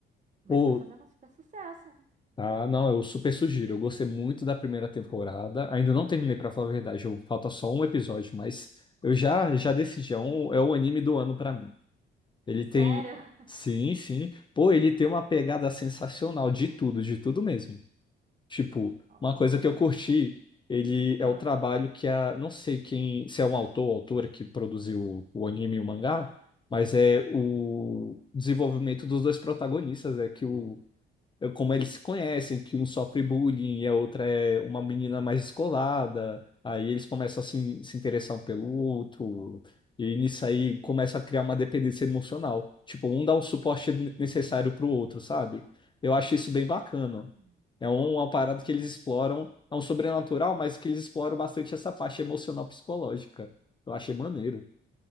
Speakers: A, on the right; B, on the left.
A: Mas
B: Pô,
A: tá fazendo super sucesso, né?
B: ah, não, eu super sugiro. Eu gostei muito da primeira temporada. Ainda não terminei, pra falar a verdade, eu, falta só um episódio, mas eu já, já decidi, é, um, é o anime do ano pra mim. Ele
A: Sério?
B: tem.
A: <laughs>
B: Sim, sim. Pô, ele tem uma pegada sensacional de tudo, de tudo mesmo. Tipo,
A: Olha.
B: uma coisa que eu curti, ele
A: Ah.
B: é o trabalho que a, não sei quem, se é um autor ou autora que produziu o anime e o mangá, mas é o desenvolvimento dos dois protagonistas, é que o eh, como eles se conhecem, que um sofre bullying e a outra é uma menina mais descolada. Aí eles começam a se, se interessar um pelo outro. E nisso aí começa a criar uma dependência emocional. Tipo, um dá o suporte ne- necessário pro outro, sabe? Eu acho isso bem bacana.
A: Hum.
B: É um- uma parada que eles exploram, é um sobrenatural, mas que eles exploram bastante essa parte emocional psicológica. Eu achei maneiro.